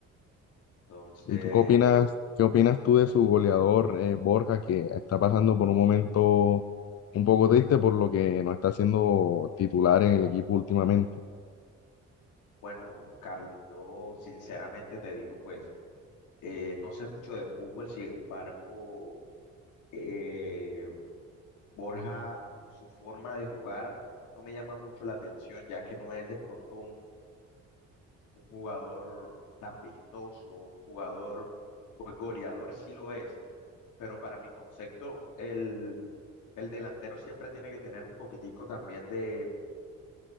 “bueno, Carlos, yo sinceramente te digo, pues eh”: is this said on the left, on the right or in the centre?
Left